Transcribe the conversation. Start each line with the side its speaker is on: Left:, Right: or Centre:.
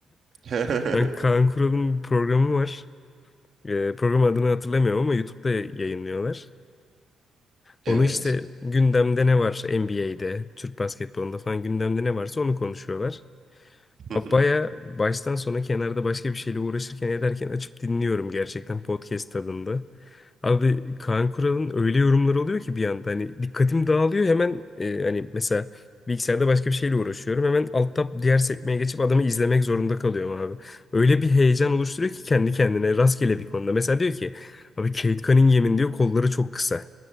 Right: <laughs>
Left: Ben Kaan Kural'ın bir programı var. E, program adını hatırlamıyorum ama YouTube'da yayınlıyorlar.
Right: Evet.
Left: Onu işte gündemde ne var NBA'de, Türk basketbolunda falan gündemde ne varsa onu konuşuyorlar.
Right: Hı hı.
Left: Baya baştan sona kenarda başka bir şeyle uğraşırken ederken açıp dinliyorum gerçekten podcast tadında. Abi Kaan Kural'ın öyle yorumları oluyor ki bir anda hani dikkatim dağılıyor hemen e, hani mesela bilgisayarda başka bir şeyle uğraşıyorum. Hemen alt tab diğer sekmeye geçip adamı izlemek zorunda kalıyorum abi. Öyle bir heyecan oluşturuyor ki kendi kendine rastgele bir konuda. Mesela diyor ki abi Kate Cunningham'in diyor kolları çok kısa